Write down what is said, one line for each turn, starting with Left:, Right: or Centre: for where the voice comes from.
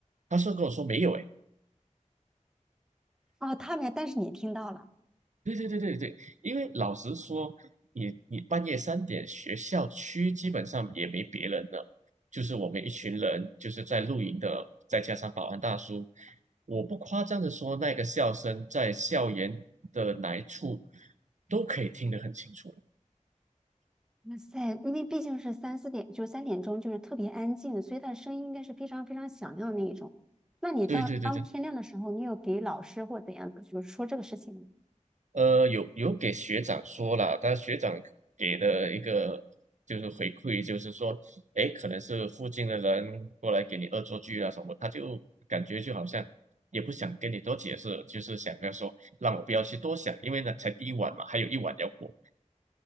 Right: 他说跟我说没有，诶。
Centre: 哦，他没，但是你听到了。
Right: 对对对对对，因为老实说，你你半夜三点，学校区基本上也没别人了，就是我们一群人，就是在露营的，再加上保安大叔，我不夸张的说，那个笑声在校园的哪一处都可以听得很清楚。
Centre: 哇塞，因为毕竟是三四点，就是三点钟，就是特别安静，所以他的声音应该是非常非常响亮的那一种。那你到当天亮的时候，
Right: 对对对对，
Centre: 你有给老师或怎样的，就是说这个事情吗？
Right: 呃，有有给学长说了，但学长给的一个就是回馈，就是说，哎，可能是附近的人过来给你恶作剧啊什么，他就感觉就好像也不想跟你多解释，就是想要说让我不要去多想，因为呢才第一晚嘛，还有一晚要过。